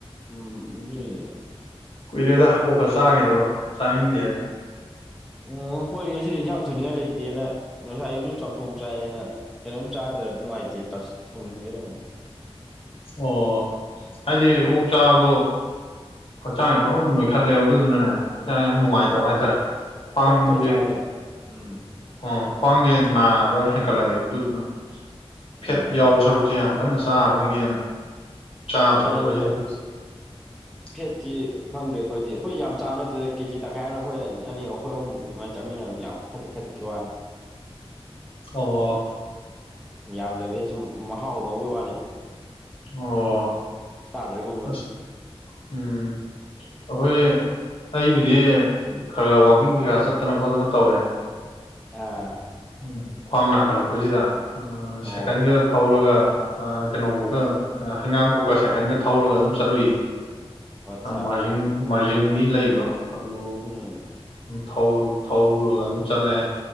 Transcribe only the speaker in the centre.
ꯎ <unintelligible>
ꯑꯣ ꯍꯣꯏ ꯉꯁꯤꯗꯤ ꯏꯟꯁꯥꯡ ꯊꯣꯡꯅꯤꯡꯉꯥꯏ ꯂꯩꯇꯦꯅ ꯉꯁꯥꯏ ꯑꯨꯛꯁꯨ ꯆꯥꯝꯊꯣꯡ ꯆꯥꯏꯌꯦꯅ ꯀꯩꯅꯣꯝ ꯆꯥꯗ꯭ꯔ ꯅꯨꯡꯉꯥꯏꯇꯦꯅ ꯊꯣꯡꯖꯤꯟꯒꯦ ꯇꯧꯅꯣ
ꯑꯩꯈꯣꯏ
ꯌꯥꯝ ꯇꯣꯏ ꯆꯥꯕꯅ ꯎꯝ
ꯑꯥ
ꯐꯩꯌꯦ
ꯐꯩꯌꯦ
ꯐꯦꯠꯇꯦ ꯐꯪꯗ꯭ꯔꯦ ꯑꯩꯈꯣꯏꯗꯤ ꯑꯩꯈꯣꯏ ꯌꯥꯝ ꯆꯥꯕ ꯅꯠꯇꯦꯗ ꯀꯦꯖꯤ ꯇꯪꯈꯥꯏ ꯑꯃꯅ ꯑꯩꯈꯣꯏ ꯑꯅꯤ ꯑꯩꯈꯣꯏ ꯑꯍꯨꯝꯃꯨꯛ ꯑꯗꯨꯃꯥꯏꯅ ꯆꯠꯃꯤꯟꯅꯕꯅꯤ ꯌꯥꯝ ꯈꯖꯤꯛ ꯈꯖꯤꯛꯀꯤ ꯋꯥꯅꯤ
ꯌꯥꯝꯗꯕꯤꯗ ꯁꯨꯝ ꯃꯍꯥꯎ ꯂꯧꯕꯩ ꯋꯥꯅꯤꯗ
ꯆꯥꯗ꯭ꯔꯒꯨꯝꯕꯅꯤ
ꯑꯥ꯫
ꯑꯣ
ꯑꯠꯆꯥ
ꯎꯝ